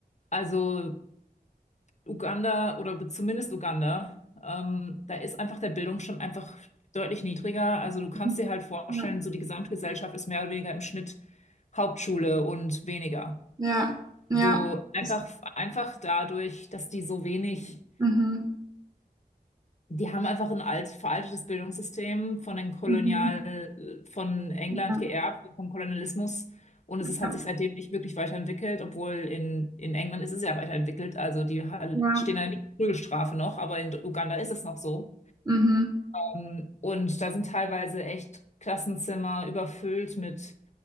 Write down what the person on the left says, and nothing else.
Also Uganda oder be- zumindest Uganda, ähm, da ist einfach der Bildungsstand einfach deutlich niedriger. Also du kannst
dir halt vorstellen,
so die gesamte Gesellschaft ist mehr oder weniger im Schnitt Hauptschule und weniger.
So einfach,
einfach dadurch, dass die so wenig
die haben einfach ein alt, veraltetes Bildungssystem von den Kolonial,
von England
geerbt, vom Kolonialismus. Und
es ist, hat sich seitdem nicht wirklich weiterentwickelt, obwohl in, in England ist es ja weiterentwickelt. Also die ha-
stehen da nicht in Prügelstrafe noch, aber in Uganda ist es noch so.
Ähm, Und da sind teilweise echt Klassenzimmer überfüllt mit